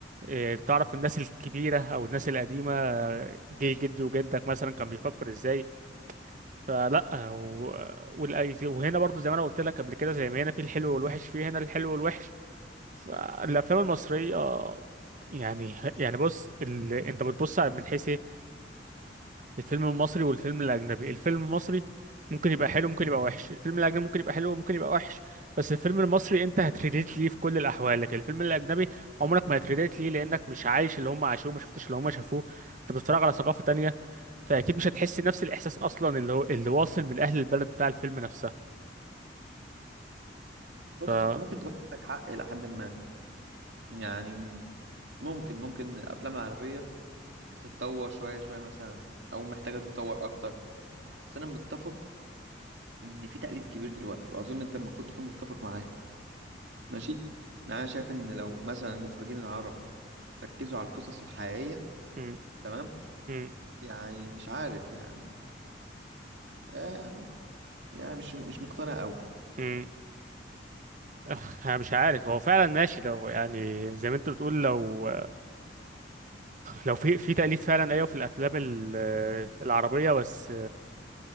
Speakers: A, on the right (about 45°); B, on the right (about 75°).
A: إيه، تعرف الناس الكبيره او الناس القديمه آه، جيل جدي وجدك مثلا كان بيفكر ازاي فلا آه، و... والأي- وهنا برضو زي ما انا قلت لك قبل كده زي ما هنا في الحلو والوحش في هنا الحلو والوحش فالافلام المصريه يعني يعني بص ال... انت بتبص على- من حيث ايه الفيلم المصري والفيلم الاجنبي الفيلم المصري ممكن يبقى حلو ممكن يبقى وحش الفيلم الاجنبي ممكن يبقى حلو ممكن يبقى وحش بس الفيلم المصري انت هتريليت ليه في كل الاحوال لكن الفيلم الاجنبي عمرك ما هتريليت ليه لانك مش عايش اللي هم عاشوه ما شفتش اللي هم شافوه انت بتتفرج على ثقافه تانية فاكيد مش هتحس نفس الاحساس اصلا اللي هو اللي واصل من اهل البلد بتاع الفيلم نفسها
B: بص
A: ف م-
B: أنت ممكن تكون عندك حق إلى حد ما يعني ممكن ممكن الأفلام العربية بتتطور شوية شوية مثلا أو محتاجة تتطور أكتر بس أنا متفق إن في تقليد كبير دلوقتي وأظن أنت المفروض تكون متفق معايا ماشي يعني انا شايف ان لو مثلا المخرجين العرب ركزوا على القصص الحقيقية
A: م-
B: تمام
A: م-
B: يعني مش عارف يعني آه يعني مش مش مقتنع قوي
A: م. أخ، انا مش عارف هو فعلا ماشي لو يعني زي ما انت بتقول لو لو في في تأليف فعلا ايوه في الافلام ال- العربيه بس